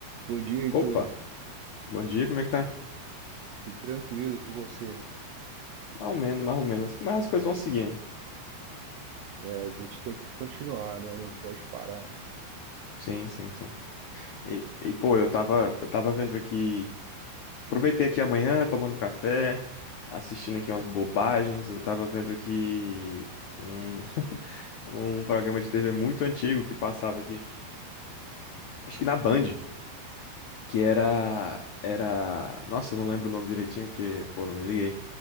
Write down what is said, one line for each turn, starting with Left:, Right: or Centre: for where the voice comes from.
Right: Bom dia, Heitor.
Left: Opa, bom dia, como é que tá?
Right: Tudo tranquilo e com você?
Left: Mais ou menos, mais ou menos. Mas as coisas vão seguindo.
Right: É, a gente tem que continuar, né? Não pode parar.
Left: Sim, sim, sim. E, e, pô, eu tava, eu tava vendo aqui. Aproveitei aqui amanhã, tomando café, assistindo aqui umas bobagens. Eu tava vendo aqui um, <laughs> um programa de TV muito antigo que passava aqui. Acho que na Band, que era. Era. Nossa, eu não lembro o nome direitinho, porque, pô, não me liguei.